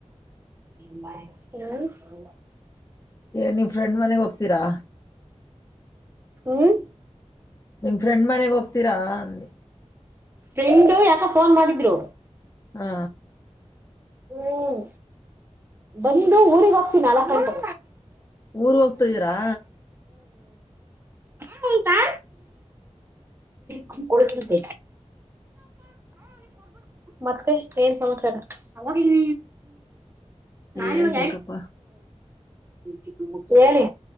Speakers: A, on the right (about 20°); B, on the left (about 25°).
A: ಹ್ಮ
B: ಏ ನೀವ್ ಫ್ರೆಂಡ್ ಮನೆಗ್ ಹೋಗ್ತೀರಾ
A: ಹ್ಮ್
B: ನಿಮ್ ಫ್ರೆಂಡ್ ಮನೆಗ್ ಹೋಗ್ತೀರಾ ಅಂದ
A: ಫ್ರೆಂಡು ಯಾಕ ಫೋನ್ ಮಾಡಿದ್ರು
B: ಹಾ
A: ಹ್ಮ್ ಬಂದು ಊಗ್ ಹೋಗ್ತೀನಿ ನಾಲ್ಕ್ ಗಂಟು
B: ಊರ್ ಹೋಗ್ತ ಇದೀರಾ
A: ಹಂಟಾ ಕ್ಕ ಕೊಡತ ಮತ್ತೆ ಏನ್ ಸಮಾರಿಗೆ ನಾನ್
B: ಹೇಳ್ಬೇಕಪ್ಪಾ
A: ಇವಾಗ ಎ ಹೇಳಿ